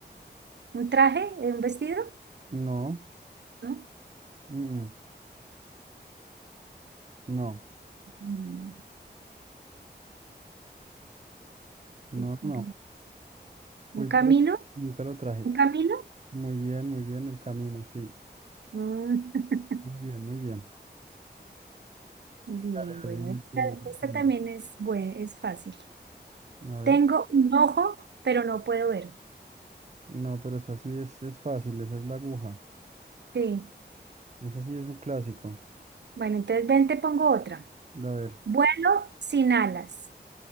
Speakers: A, on the right (about 75°); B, on the right (about 40°).
A: ¿Un traje? eh, ¿Un vestido?
B: No,
A: ¿No?
B: mm, mm, no,
A: Mm,
B: no,
A: y por
B: no, no.
A: él.
B: Fui
A: ¿Un camino?
B: por él y nunca lo traje.
A: ¿Un camino?
B: Muy bien, muy bien el camino, sí.
A: Mm, <laughs>
B: Muy bien, muy bien.
A: Bien,
B: Dale, dale,
A: bueno,
B: dime
A: esta,
B: tú.
A: esta
B: tú una.
A: también es, bue- es fácil.
B: A ver.
A: Tengo un ojo, pero no puedo ver.
B: No, pero esa sí es, es fácil, esa es la aguja.
A: Sí.
B: Esa sí es un clásico.
A: Bueno, entonces ven, te pongo otra.
B: A ver,
A: Vuelo sin alas.